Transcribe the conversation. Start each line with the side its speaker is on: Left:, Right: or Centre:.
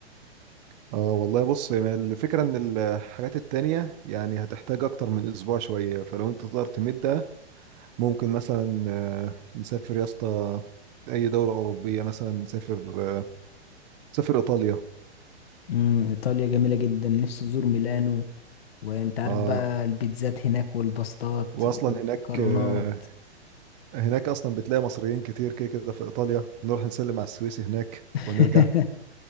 Right: اه والله بص يعني الفكرة ان الحاجات التانية يعني هتحتاج اكتر من اسبوع شوية فلو انت تقدر تمدها ممكن مثلا آه، نسافر يا اسطى اي دولة اوروبية مثلا نسافر آه، نسافر ايطاليا
Left: امم ايطاليا جميلة جدا نفسي ازور ميلانو وانت عارف
Right: اه
Left: بقى البيتزات هناك والباستات
Right: واصلا
Left: والمكرونات
Right: هناك آه، هناك اصلا بتلاقي مصريين كتير كده كده في ايطاليا نروح نسلم على السويسي هناك ونرجع
Left: <laughs>